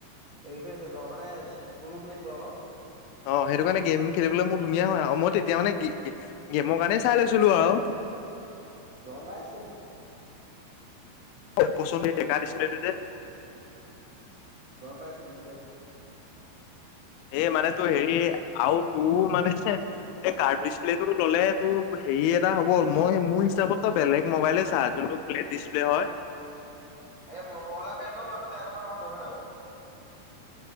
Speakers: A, on the right; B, on the left.
A: ৰিফ্ৰেছয়েটো মানে <unintelligible> আৰু ন।
B: অ', সেইটো কাৰণে গেম খেলিবলৈ মোৰ ধুনীয়া হয় আৰু মই তেতিয়া মানে গী-গে- গেমৰ কাৰণে চাই লৈছিলো আও।
A: গম পাইছো।
B: পচন্দই <unintelligible> টো যে।
A: গম পাইছোঁ, বুজি পাইছোঁ।
B: এ', মানে তোৰ হেৰি আওঁ তোৰ মানে এই কাৰ প্ৰেছ প্লেইটো ল'লে তোৰ হেৰি এটা হ'ব, মই মোৰ হিচাপতো বেলেগ মোবাইলে চা যোনটো ফ্লেট ডিচপ্লে হয়।
A: এই, মটৰলা বেণ্ড লোৱাটো বেয়া কথা নহয় টো, হয় নাই বাৰু।